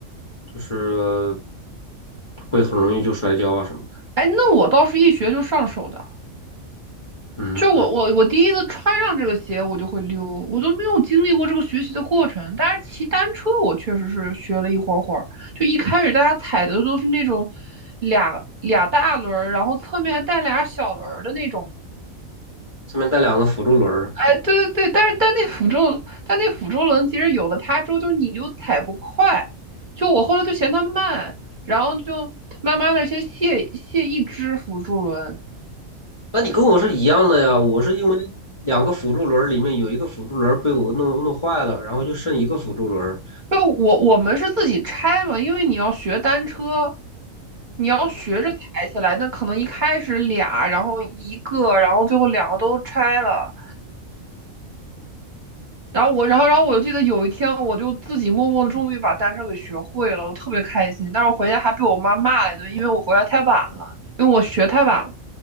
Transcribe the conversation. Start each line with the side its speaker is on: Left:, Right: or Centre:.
Left: 就是会很容易就摔跤啊什么的。
Right: 哎，那我倒是一学就上手的。
Left: 嗯，
Right: 就我我我第一次穿上这个鞋，我就会溜，我都没有经历过这个学习的过程。但是骑单车，我确实是学了一会儿会儿。就一开始大家踩的都是那种俩俩大轮儿，然后侧面还带俩小轮儿的那种嘛。
Left: 上面带两个辅助轮儿，
Right: 哎，对对对，但是但那辅助但那辅助轮其实有了它之后，就你就踩不快。就我后来就嫌它慢，然后就慢慢的先卸卸一只辅助轮。
Left: 那你跟我是一样的呀，我是因为两个辅助轮儿里面有一个辅助轮儿被我弄弄坏了，然后就剩一个辅助轮儿。
Right: 就我我们是自己拆嘛，因为你要学单车，你要学着抬起来，那可能一开始俩，然后一个，然后最后两个都拆了。然后我，然后，然后我就记得有一天，我就自己默默的终于把单车给学会了，我特别开心。但是我回家还被我妈骂了一顿，因为我回来太晚了，因为我学太晚了，